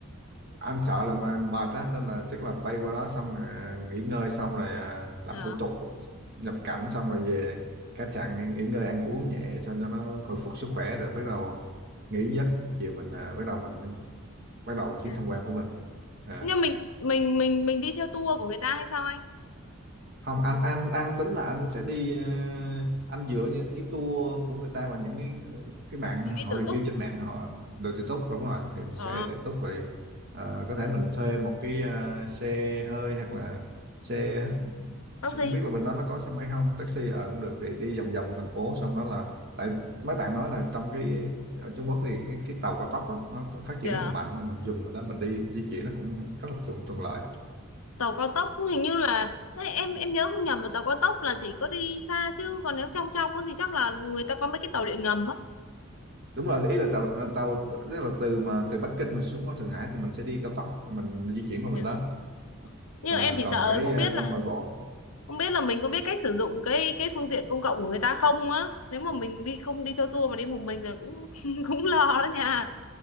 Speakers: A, on the right; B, on the left.
A: anh sợ là mà- mệt á nên là chắc là bay qua đó xong à, nghỉ ngơi xong rồi à, làm
B: dạ
A: thủ tục nhập cảnh xong rồi về khách sạn nghỉ, nghỉ ngơi ăn uống nhẹ xong cho nó hồi phục sức khỏe rồi bắt đầu nghỉ giấc chiều mình à, bắt đầu mình bắt đầu chuyến
B: dạ.
A: tham quan của mình À,
B: nhưng mình mình mình mình đi theo tour của người ta hay sao anh
A: không anh anh anh tính là anh sẽ đi ờ, anh dựa trên cái tour của người ta và những cái ờ, cái bạn
B: mình đi
A: họ
B: tự
A: review
B: túc
A: trên mạng họ từ tự túc đúng rồi thì mình sẽ
B: ồ
A: tự túc rồi ờ, có thể mình thuê một cái ờ, xe hơi hoặc là xe,
B: taxi
A: xe không biết là bên đó nó có xe máy không taxi ờ cũng được thì đi vòng vòng thành phố xong đó là tại mấy bạn nói là trong cái ở Trung Quốc thì cái, cái tàu cao tốc á, nó phát
B: dạ
A: triển rất là mạnh nên mình dùng ở đó mình đi di chuyển nó cũng rất là thuận, thuận lợi
B: tàu cao tốc cũng hình như là thế em em nhớ không nhầm là tàu cao tốc là chỉ có đi xa chứ còn nếu trong trong á thì chắc là người ta có mấy cái tàu điện ngầm á
A: đúng rồi ý là tàu à, tàu tức là từ mà từ Bắc Kinh mà xuống Thượng Hải thì mình sẽ đi cao tốc mình di chuyển qua mình
B: Ờ.
A: đó
B: nhưng
A: Ờ,
B: em chỉ
A: còn
B: sợ
A: cái
B: không
A: ờ,
B: biết là
A: trong nội bộ
B: không biết là mình có biết cách sử dụng cái cái phương tiện công cộng của người ta không á nếu mà mình đi không đi theo tour mà đi một mình là cũng <laughs> cũng lo đó nha